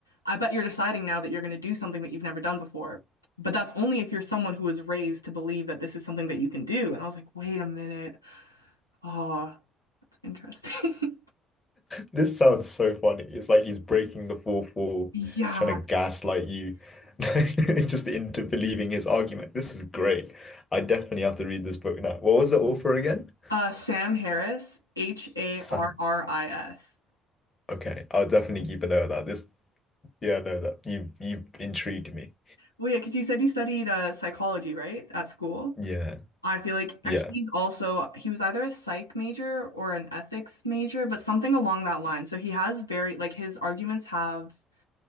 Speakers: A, on the left (about 85°); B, on the left (about 25°).
A: I bet you're deciding now that you're going to do something that you've never done before. But that's only if you're someone who was raised to believe that this is something that you can do. And I was like, wait a minute. Oh, that's interesting. <laughs>
B: This sounds so funny. It's like he's breaking the fourth wall,
A: Yeah.
B: trying to gaslight you, <laughs> just into believing his argument. This is great. I definitely have to read this book now. What was the author again?
A: Uh, Sam Harris, H A
B: Sam.
A: R R I S.
B: Okay, I'll definitely keep a note of that. This, yeah, I know that you've you've intrigued me.
A: Well, yeah, because you said you studied uh, psychology, right, at school.
B: Yeah,
A: I feel like
B: yeah,
A: uh, he's also he was either a psych major or an ethics major, but something along that line. So he has very like his arguments have